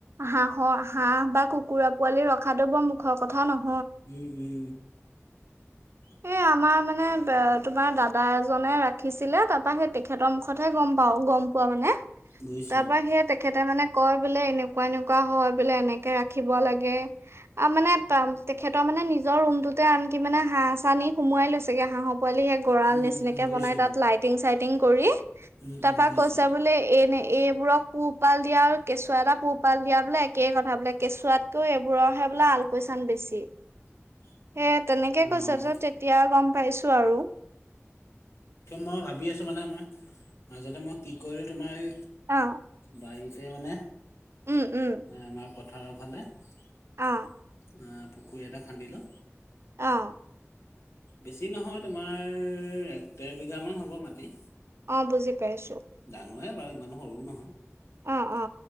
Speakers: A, on the right; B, on the left.
A: হাঁহৰ হাঁহ বা কুকুৰা পোৱালি ৰখাতটো বৰ মুখৰ কথা নহয়।
B: উম উম। <inaudible>
A: এই আমাৰ মানে তোমাৰ দাদা এজনে ৰাখিছিলে তাৰপা সেই তেখেতৰ মুখতহে গম পাওঁ গম। পোৱা মানে
B: বুজিছো
A: তাৰ
B: অ',
A: পৰা সেই তেখেতে মানে--। কয় বোলে এনেকুৱা এনেকুৱা হয় বোলে এনেকে ৰাখিব লাগে আৰু মানে তেখেতৰ মা মানে নিজৰ ৰুমটোতে আনকি মানে হাঁহ চা নি সোমোৱাই লৈছেগে হাঁহৰ পোৱালি সে গঁৰা়ল
B: উম,
A: নিচিনাকে
B: উম, উম, বুজিছো
A: বনাই তাত
B: অ',
A: লাইটিং চাইটিং কৰি
B: উম,
A: তাৰপা
B: উম, বুজিছো
A: কৈছে বোলে এ এনে এইবোৰক পোহপাল দিয়া আৰু কেঁচুৱা এটা পোহপাল দিয়া বোলে একেই কথা বোলে কেঁচুৱাতকেও এইবোৰ বোলে আলপোচান বেছি।
B: <inaudible>
A: সেই তেনেকে
B: অ'।
A: কৈছে তাৰপাছত গম পাইছো আৰু।
B: মই ভাবি আছোঁ মানে আমাৰ মাজতে মই কি কৰিলোঁ তোমাৰ এই
A: অ
B: বাৰীতে মানে
A: উম উম
B: আমাৰ পথাৰৰ ফালে আহ
A: অ
B: পুখুৰী এটা খান্দিলো,
A: অ
B: বেছি নহয় তোমাৰ এক ডেৰ বিঘা মান হ'ব মাটি।
A: অ বুজি পাইছো।
B: সৰুৱে বাৰু ইমান সৰু নহয়,
A: অ অ